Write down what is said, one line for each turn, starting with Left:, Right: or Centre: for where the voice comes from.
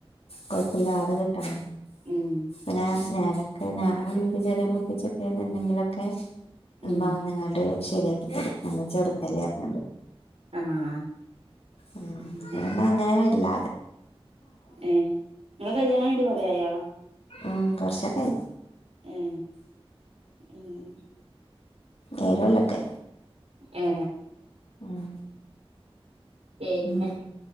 Left: കൊഴുപ്പില്ലാതെ കിട്ടണം
Right: ഉം
Left: പിന്നെ ഞാനൊക്കെ ഞാനും ഇന്റെ ചെറിയ മൂത്തച്ചിയൊക്കെ എന്നുണ്ടെങ്കിലൊക്കെ-
Right: ഉം
Left: ഉമ്മ വന്നങ്ങണ്ട് ശരിയാക്കി തരും ഞങ്ങ ചെറുതല്ലേ പറഞ്ഞുങ്ങണ്ട്
Right: ആഹ്
Left: ഉം അതോണ്ട്
Right: അങ്ങനെ
Left: അങ്ങനെ വരില്ല
Right: ഏ നിങ്ങളെ കല്യാണം കഴിഞ്ഞിട്ട് കൊറേ ആയോ
Left: ഉം കൊറച്ചൊക്കെ ആയി
Right: ഏ എങ്ങനെ
Left: നേരമില്ല അക്കെ
Right: ഏ
Left: ഉം
Right: പിന്നെ
Left: ഉം